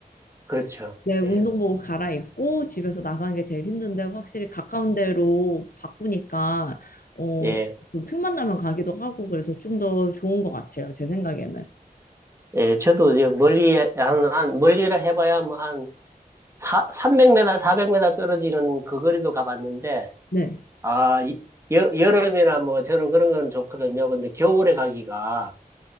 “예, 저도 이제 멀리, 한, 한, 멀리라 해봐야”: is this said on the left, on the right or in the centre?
Right